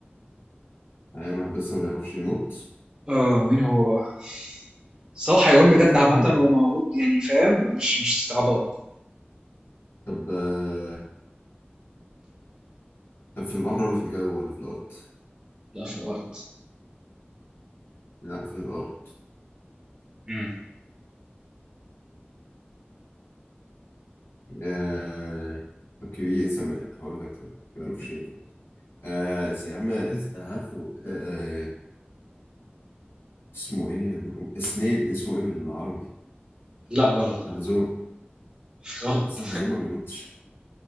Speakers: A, on the left; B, on the right.
A: حيوان واحد بس ما بيعرفش ينط
B: اه مين هو بقى بس هو حيوان بجد
A: <clears throat>
B: عامة وموجود
A: <laughs>
B: يعني فاهم مش مش استعباط
A: طب آه، طب في البحر ولا في الجو ولا في الأرض؟
B: لا في الارض
A: لا في الأرض
B: امم
A: آه... طب كبير اسم هقول لك طيب ما اعرفش ايه آه... س- يا عم اس... عارفه آه... آه، اسمه ايه؟ سنيل اسمه ايه بالعربي؟
B: لا غلط غلط
A: حلزون
B: <laughs> غلط
A: لسه الحلزون ما بينطش